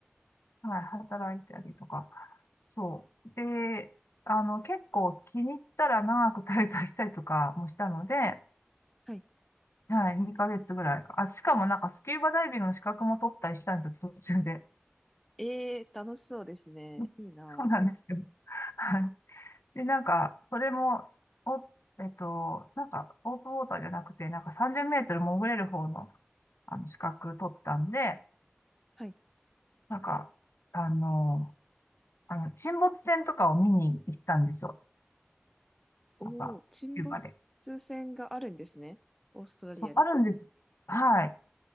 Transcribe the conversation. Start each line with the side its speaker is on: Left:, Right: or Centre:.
Left: はい、働いたりとか。そう。で、あの、結構気に入ったら長く滞在したりとかもしたので、
Centre: はい。
Left: はい、2ヶ月ぐらいか。あ、しかもなんかスキューバダイビングの資格も取ったりしたんですよ、途中で。
Centre: えー、楽しそうですね。
Left: <laughs>
Centre: いいな。
Left: そうなんですよ。はい。で、なんか、それも、お、えっと、なんか、オープンウォーターじゃなくて、なんか30メートル潜れる方の、あの、資格取ったんで、
Centre: はい。
Left: なんか、あの、あの、沈没船とかを見に行ったんですよ。
Centre: おー、
Left: なんか、
Centre: 沈没船があるんですね。
Left: キューバで。
Centre: オーストラリアに。
Left: そう、あるんです。はい。